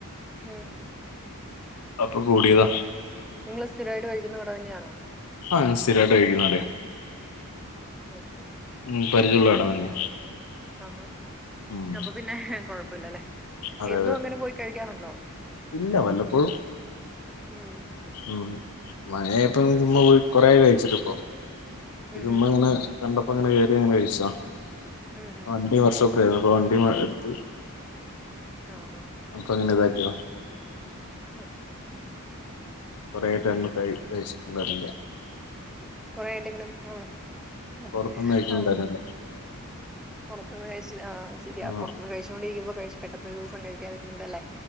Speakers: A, in the centre; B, on the left.
A: ഉം
B: അപ്പൊ കൂടിയതാ
A: നിങ്ങള്ൾ സ്ഥിരായിട്ട് കഴിക്കുന്ന കട തന്നെയാണോ
B: ആ ഞാൻ സ്ഥിരമായിട്ട് കഴിക്കുന്ന
A: ഓക്കെ
B: ഉ പരിചയമുള്ള ഇടം തന്നെയാ
A: ആ ആ
B: ഉം
A: അപ്പൊ പിന്നെ കൊഴപ്പ പ്പല്ലല്ലെ
B: അതെ
A: എന്നും
B: അതെ
A: അങ്ങനെ പോയി കഴിക്കാറുണ്ടോ
B: ഇല്ല വല്ലപ്പോഴും
A: ഉം
B: ഉം മഴ ഇപ്പൊ ഇ ചുമ്പ കൊറെ കഴിച്ചിട്ട ഇപ്പൊ
A: ഉം ഉം
B: മ്മങ്ങനെ രണ്ടപ്പപ്പോ ഇങ്ങനെ കേറി ങ്ങനെ കഴിച്ചാ
A: ഉം ഉം
B: ആ അ ണ്ടി വശോ പ്പോ വണ്ടി എടുത്ത്
A: ആഹാ
B: അപ്പൊങ്ങ താ <unintelligible>
A: ഓക്കെ
B: കുറയട്ട്ന്ന് <unintelligible>
A: കൊറെണ്ടെങ്കിലും ആ ആ
B: പുറത്തൊന്നും കഴിക്കലുണ്ടായിരുന്നില്ല
A: ആ പുറത്ത്ന്ന് കഴിച്ച് ആഹ് ശരിയാ
B: ആ
A: പുറത്തുന്ന് കഴിച്ചോണ്ടിരിക്കുമ്പോ കഴിച്ച് പെട്ടന്ന് ഒരു ദിവസം കഴിക്കാതിരുന്നുണ്ടല്ലേ